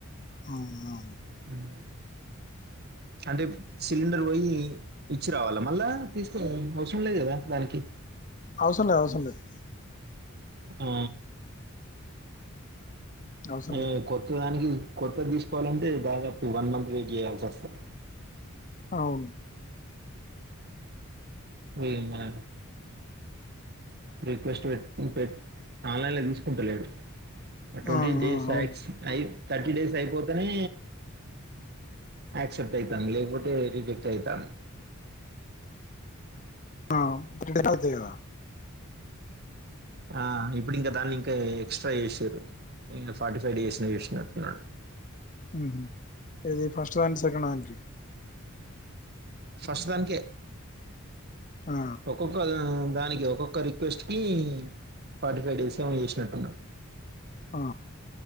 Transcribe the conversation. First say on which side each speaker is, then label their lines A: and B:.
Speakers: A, on the left (about 35°); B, on the right (about 50°).
A: అవునా
B: ఉమ్ అంటే సిలిండర్ పోయి ఇచ్చి రావాలా మళ్ళా, తీసుకరావడం అవసరం లేదు కదా దానికి?
A: అవసరం లేద్ అవసరం లేద్.
B: ఆ
A: అవసరం
B: ఉమ్
A: లేదు
B: కొత్త దానికి కొత్తది తీసుకోవాలంటే దాదాపు వన్ మంత్ వెయిట్ చేయాల్సి ఆస్థాది.
A: అవున్
B: ఇది మన రిక్వెస్ట్ పెట్ పెట్ ఆన్లైన్ల తీసుకుంటలేడు. ఓ ట్వంటీ
A: ఆ
B: డేస్క్స్
A: ఆ అవును
B: ఆస్ అయ్ థర్టీ డేస్ అయిపోతేనే యాక్సెప్ట్ అయ్తాంది, లేకపోతే రిజెక్ట్ అయ్తాండ్.
A: ఆ రిటర్న్ అయితై కదా.
B: ఆ ఇప్పుడు ఇంకా దాన్ని ఇంకా ఎక్స్ట్రా చేసిన్లు. ఈ ఫార్టీ ఫైవ్ డిస్నీ చేసినట్టు ఉన్నాడు.
A: ఉహ్ ఉమ్ ఏది ఫస్ట్ హాండ్ సెకండ్ దానికి
B: ఫస్ట్ దానికే
A: ఆ
B: ఒక్కొక్కలు దానికి ఒక్కొక్క రిక్వెస్ట్కి, ఫార్టీ ఫైవ్ డేస్ ఏమో చేసినట్టు ఉన్నాడు.
A: ఆ